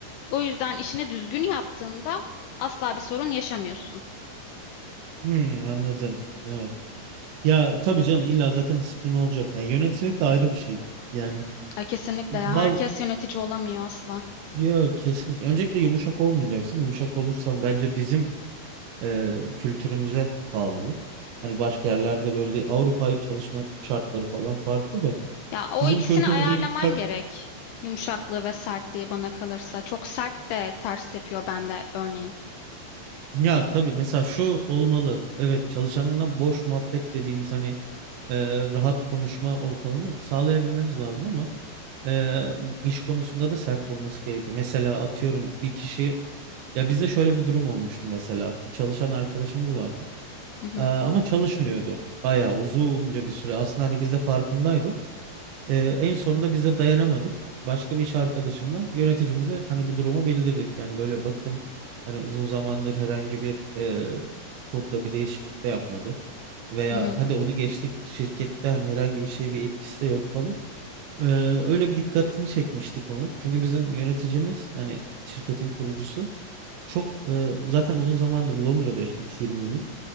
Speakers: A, on the left (about 80°); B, on the right (about 85°).
A: o yüzden işini düzgün yaptığında asla bir sorun yaşamıyorsun.
B: Hmm, anladım. Evet. Ya tabii canım illa zaten disiplin olacak. Yani yöneticilik de ayrı bir şey. Yani
A: Ay kesinlikle
B: bazı
A: ya herkes yönetici olamıyor asla.
B: Ya kesinlikle. Öncelikle yumuşak olmayacaksın. Yumuşak olursan bence bizim e, kültürümüze bağlı bu. Hani başka yerlerde böyle değil. Avrupa'yı çalışma şartları falan farklı da.
A: Ya o
B: Bizim
A: ikisini
B: kültürümüze
A: ayarlaman
B: yumuşak.
A: gerek. Yumuşaklığı ve sertliği bana kalırsa. Çok sert de ters tepiyor bende örneğin.
B: Ya tabii mesela şu olmalı. Evet çalışanınla boş muhabbet dediğimiz hani e, rahat konuşma ortamını sağlayabilmemiz lazım ama e, iş konusunda da sert olması gerekiyor. Mesela atıyorum bir kişi ya bizde şöyle bir durum olmuştu mesela. Bir çalışan arkadaşımız vardı.
A: Hı hı,
B: Ee, ama çalışmıyordu. Bayağı uzunca bir süre. Aslında hani biz de farkındaydık. Ee, en sonunda biz de dayanamadık. Başka bir iş arkadaşımla yöneticimize hani bu durumu bildirdik. Yani böyle bakın hani uzun zamandır herhangi bir e, kodda bir değişiklik de yapmadı. Veya
A: hı hı.
B: hadi onu geçtik şirkette hani herhangi bir şeye bir etkisi de yok falan. Ee, öyle bir dikkatini çekmiştik onu. Çünkü bizim yöneticimiz hani şirketin kurucusu çok e, zaten uzun zamandır Londra'da yaşamış 20 yıl.